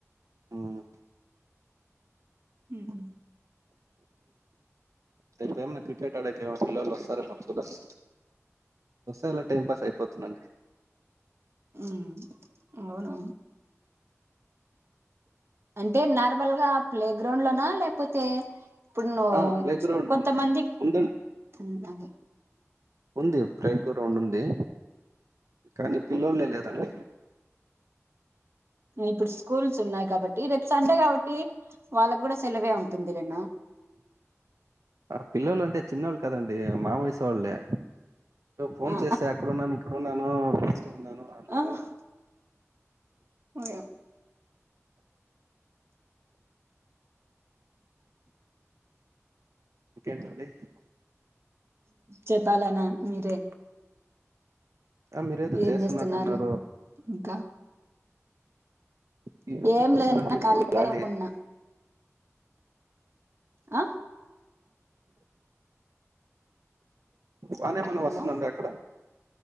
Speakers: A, on the right; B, on the right.
A: ఉమ్,
B: మ్
A: రేపేమన్న క్రికెట్ ఆడే పిలుస్తర మ చూడాల్ వసేలా టైం పాస్ అయిపోతుందండి
B: మ్ అవునా అంటే నార్మల్ గా ప్లే గ్రౌండ్ లోనా లేక్పోతే ఇప్పుడ్ నూ
A: ఆ ప్లే గ్రౌండ్
B: కొంతమంది
A: ఉంద
B: మ్ అదే
A: ఉంది ప్లే గ్రౌండ్ ఉంది కానీ పిల్లోలే లేదండి
B: ఇప్పుడు స్కూల్స్ ఉన్నాయ్ కాబట్టి రేప్ సండే కాబట్టి వాళ్ళగుడా సెలవే ఉంటుందిలే అన్న
A: ఆ పిల్లోళ్లు అంటే చిన్నోళ్ళు కాదండి మావయసోళ్ళే ఫోన్
B: ఆ
A: చేసే ఇక్కడునాను ఇక్కడున్నాను బిజీగా ఉన్నాను అంటారు
B: ఆహ్ ఓయమ్
A: ఇంకేంటండి
B: చెప్పాలన్న మీరే
A: అ మీరేదో
B: ఏం
A: చేస్తున్నట్టున్నారు
B: చేస్తున్నారు ఇంకా
A: <inaudible>
B: ఏం
A: వచ్చాలంటే
B: లేదన్నా ఖాళీగానే
A: ఫుల్ గాలి
B: ఉన్నా అ
A: వానేమన్నా
B: హలో
A: వస్సుందీ అండి అక్కడ